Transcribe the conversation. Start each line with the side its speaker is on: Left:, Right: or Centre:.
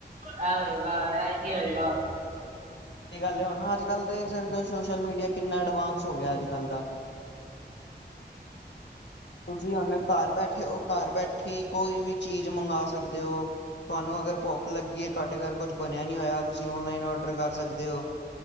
Right: ਐ ਹੋਏਗਾ ਇੰਜ ਹੀ ਹੋਏਗਾ।
Left: ਤੇ ਗੱਲ ਹੁਣ ਨਾ ਅੱਜਕੱਲ ਦੇਖ ਸਕਦੇ ਹੋ ਸੋਸ਼ਲ ਮੀਡੀਆ ਕਿੰਨਾ ਐਡਵਾਂਸ ਹੋ ਗਿਆ ਅੱਜਕੱਲ ਦਾ। ਤੁਸੀਂ ਉਹਨੇ ਘਰ ਬੈਠੇ। ਘਿਓ ਘਰ ਬੈਠੀ ਕੋਈ ਵੀ ਚੀਜ਼ ਮੰਗਾ ਸਕਦੇ ਹੋ। ਤੁਹਾਨੂੰ ਅਗਰ ਭੁੱਖ ਲੱਗੀਏ ਤੁਹਾਡੇ ਘਰ ਕੁਝ ਨਹੀਂ ਬਣਿਆ ਹੋਇਆ ਤੁਸੀਂ ਆਨਲਾਈਨ ਆਰਡਰ ਕਰ ਸਕਦੇ ਹੋ। ਦਿਓ